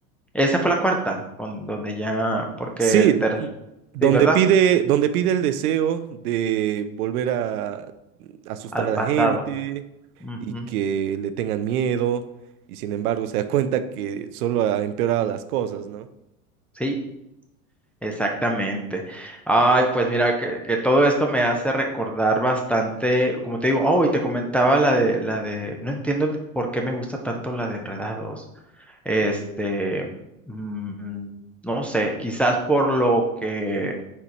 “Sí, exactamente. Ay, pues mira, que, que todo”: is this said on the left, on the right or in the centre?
Centre